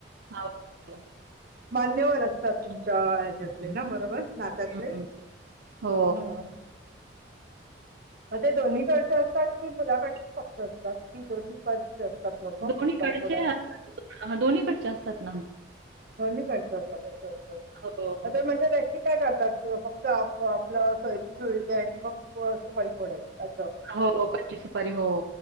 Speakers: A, on the right; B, on the right.
A: हा, हो.
B: मान्यवर असतात तुमच्या हच्यातले ना बरोबर नात्यातले
A: हम्म हो
B: हं, ग ते दोन्ही कडचे असतात कि मुलाकड फक्क्ष असतात की दोन्ही ज असतात लोक सुपारी
A: दोन्हीकडचे
B: पोडायला
A: असतात. हा दोन्हीकडचे असतात ना
B: दोण असतात ओके ओके ओके
A: हो.
B: म्हण जे काय करतात फक्त आपलं सैरीिक जुळली आणि मग सुपारीफोडे असं
A: हो कची सुपारी हो